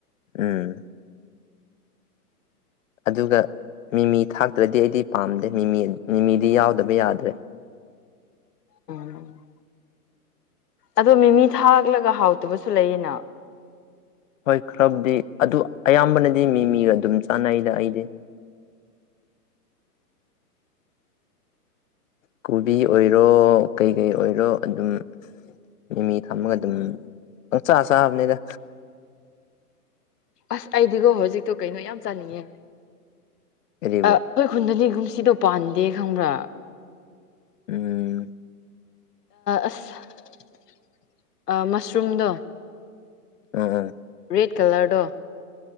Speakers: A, on the left (about 55°); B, on the left (about 80°).
A: ꯎꯝ ꯑꯗꯨꯒ ꯃꯤꯃꯤ ꯊꯥꯛꯇ꯭ꯔꯗꯤ ꯑꯩꯗꯤ ꯄꯥꯝꯗꯦ ꯃꯤꯃꯤ ꯃꯤꯃꯤꯗꯤ ꯌꯥꯎꯗꯕ ꯌꯥꯗ꯭ꯔꯦ
B: ꯎꯝ ꯑꯗꯣ ꯃꯤꯃꯤ ꯊꯥꯛꯂꯒ ꯍꯥꯎꯇꯕꯁꯨ ꯂꯩꯌꯦꯅ
A: ꯍꯣꯏ ꯈꯔꯕꯨꯗꯤ ꯑꯗꯨ ꯑꯌꯥꯝꯕꯅꯗꯤ ꯃꯤ ꯃꯤꯒ ꯑꯗꯨꯝ ꯆꯥꯟꯅꯩꯗ ꯑꯩꯗꯤ ꯀꯣꯕꯤ ꯑꯣꯏꯔꯣ ꯀꯩꯀꯩ ꯑꯣꯏꯔꯣ ꯑꯗꯨꯝ ꯃꯤ ꯃꯤ ꯊꯝꯃꯒ ꯑꯗꯨꯝꯪ ꯆꯥ ꯆꯥꯕꯅꯤꯗ
B: ꯑꯁ ꯑꯩꯗꯤꯒꯣ ꯍꯧꯖꯤꯛꯇꯣ ꯀꯩꯅꯣ ꯌꯥꯝ ꯆꯥꯅꯤꯡꯉꯦ
A: ꯀꯔꯤꯕꯨ
B: ꯑ ꯑꯩꯈꯣꯏ ꯈꯨꯟꯗꯅꯤꯒꯨꯝꯁꯤꯗ ꯄꯥꯟꯗꯦ ꯈꯪꯕ꯭ꯔꯥ
A: ꯎꯝ
B: ꯑꯁ ꯃꯁꯔꯨꯝꯗꯣ
A: ꯑꯣ ꯑꯣ
B: ꯋꯦꯠ ꯀꯂꯔꯗꯣ